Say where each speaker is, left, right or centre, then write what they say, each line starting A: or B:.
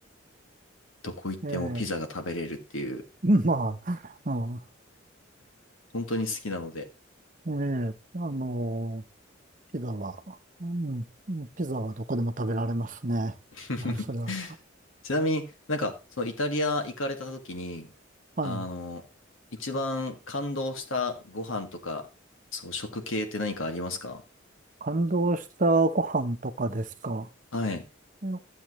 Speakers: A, on the left; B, on the right.
A: どこ行ってもピザが食べれるっていう、
B: ええ、まあ、
A: 本当に好きなので。
B: うん、ええ、あの、ピザは、うん、ピザはどこでも食べられますね。
A: <laughs>
B: まあ、それは。
A: ちなみになんか、そのイタリア行かれた時に、
B: はい。
A: あの、一番感動したご飯とか、そう、食系って何かありますか
B: 感動したご飯とかですか。
A: はい。
B: う